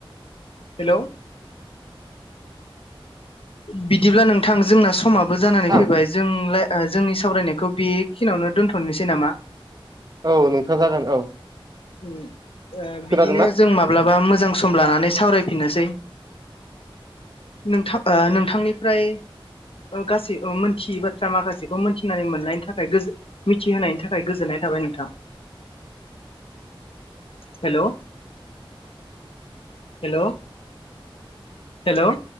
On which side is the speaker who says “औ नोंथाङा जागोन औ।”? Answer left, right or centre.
Right